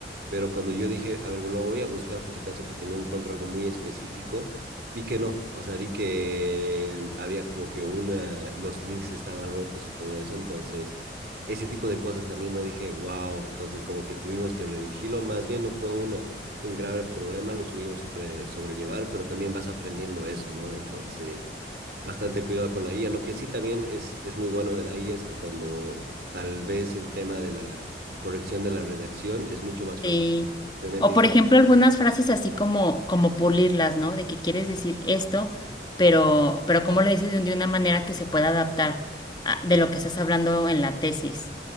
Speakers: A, on the right; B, on the left.
A: pero cuando yo dije, a ver, lo voy a buscar por si acaso porque no encuentro algo muy específico, vi que no, o sea, vi que había como que una, los links estaban rotos y todo eso, entonces ese tipo de cosas también no dije, wow, entonces como que tuvimos que redirigirlo, más bien no fue una, un grave problema, lo subimos sobre, sobrellevar, pero también vas aprendiendo eso, ¿no? Entonces bastante cuidado con la IA. Lo que sí también es, es muy bueno de la IA es que cuando tal vez el tema de la corrección de la redacción es mucho más fácil.
B: Sí.
A: Simplemente
B: O
A: dices
B: por ejemplo, algunas frases así como, como pulirlas, ¿no? De que quieres decir esto, pero, pero cómo lo dices de de una manera que se pueda adaptar a- de lo que estás hablando en la tesis.